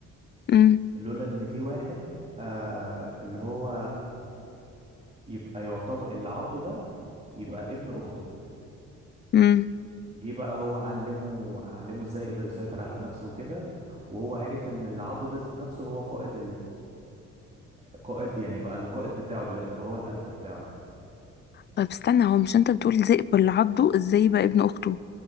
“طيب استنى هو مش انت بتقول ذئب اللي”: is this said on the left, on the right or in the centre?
Left